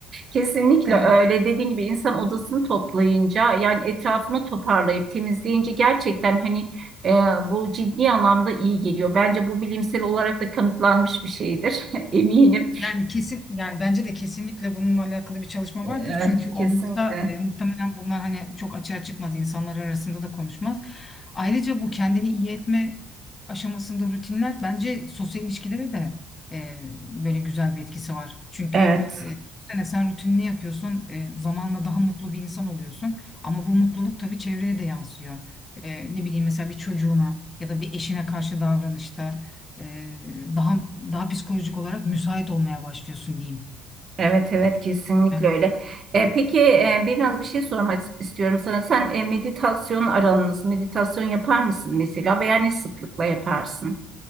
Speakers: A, on the right; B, on the left.
A: Kesinlikle
B: Evet.
A: öyle. Dediğin gibi insan odasını toplayınca yani etrafını toparlayıp temizleyince gerçekten hani e, bu ciddi anlamda iyi geliyor. Bence bu bilimsel olarak da kanıtlanmış bir şeydir. <laughs> Eminim.
B: Yani kesin yani bence de kesinlikle bununla alakalı bir çalışma
A: Evet,
B: vardır. Çünkü olmazsa
A: kesinlikle.
B: e, muhtemelen bunlar hani çok açığa çıkmaz insanlar arasında da konuşmaz. Ayrıca bu kendini iyi etme aşamasında rutinler bence sosyal ilişkilere de e, böyle güzel bir etkisi var. Çünkü
A: Evet.
B: e, düşünsene sen rutinini yapıyorsun, e, zamanla daha mutlu bir insan oluyorsun. Ama bu mutluluk tabii çevreye de yansıyor. E, ne bileyim mesela bir çocuğuna ya da bir eşine karşı davranışta e, daha daha psikolojik olarak müsait olmaya başlıyorsun diyeyim.
A: Evet evet kesinlikle
B: Yani
A: öyle. E, peki e, biraz bir şey sormak istiyorum sana. Sen e, meditasyon aranız, meditasyon yapar mısın mesela veya ne sıklıkla yaparsın?